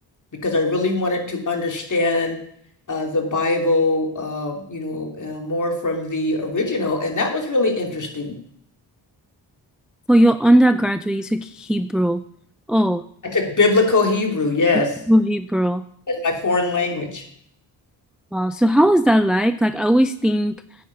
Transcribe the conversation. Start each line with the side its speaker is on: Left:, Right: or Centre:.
Left: because I really wanted to understand uh, the Bible, uh, you know, uh, more from the original. And that was really interesting.
Centre: For your undergraduate, you took Hebrew. Oh,
Left: I took Biblical Hebrew, yes,
Centre: you took Hebrew.
Left: as my foreign language.
Centre: Wow. So how was that like? Like I always think,